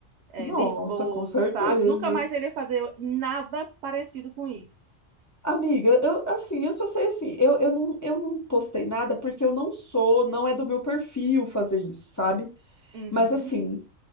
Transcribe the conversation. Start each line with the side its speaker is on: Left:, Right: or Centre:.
Right: é,
Left: Nossa,
Right: nervoso,
Left: com certeza.
Right: sabe? Nunca mais ele ia fazer nada parecido com isso.
Left: Amiga, eu assim, eu só sei assim, eu, eu não, eu não postei nada porque eu não sou, não é do meu perfil fazer isso, sabe?
Right: Uhum,
Left: Mas assim,